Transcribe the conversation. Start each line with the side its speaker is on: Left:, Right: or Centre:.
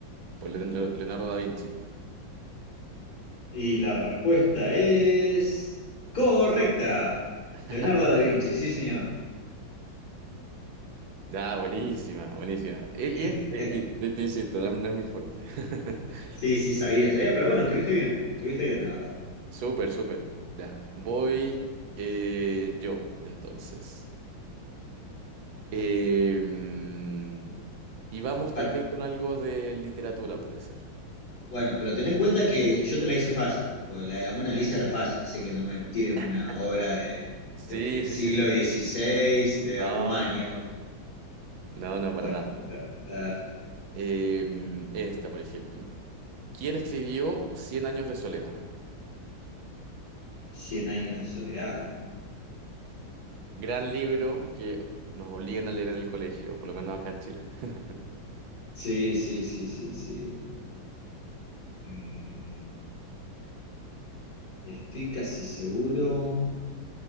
Right: por Leon- Leonardo da Vinci.
Left: Y la respuesta es correcta.
Right: <laughs>
Left: Leonardo da Vinci, sí, señor.
Right: Ya, buenísima, buenísima. Y, y-
Left: <laughs>
Right: y- y te, te insisto, no, no es mi fuerte. <laughs>
Left: Sí, sí, sabía, sabía, pero bueno, estuviste bien, estuviste bien, la verdad.
Right: Súper, súper. Ya, voy eh, yo, entonces. Eh, mm, y vamos
Left: Pa-
Right: también con algo de literatura, puede ser.
Left: Bueno, pero ten en cuenta que yo te la hice fácil, porque la de la Mona Lisa era fácil, así que no me tires una
Right: <laughs>
Left: obra de,
Right: Sí,
Left: del
Right: sí,
Left: siglo
Right: sí, sí,
Left: XVI
Right: sí.
Left: de
Right: No,
Left: Rumania.
Right: no, no, no.
Left: ¿viste?
Right: No, no, para
Left: Bueno,
Right: nada.
Left: a ver,
Right: Eh, mm, esta, por ejemplo. ¿Quién escribió Cien años de soledad?
Left: 100 años de soledad.
Right: Gran libro que nos obligan a leer en el colegio, por lo menos acá en Chile. <laughs>
Left: Sí, sí, sí, sí, sí. Mm, estoy casi seguro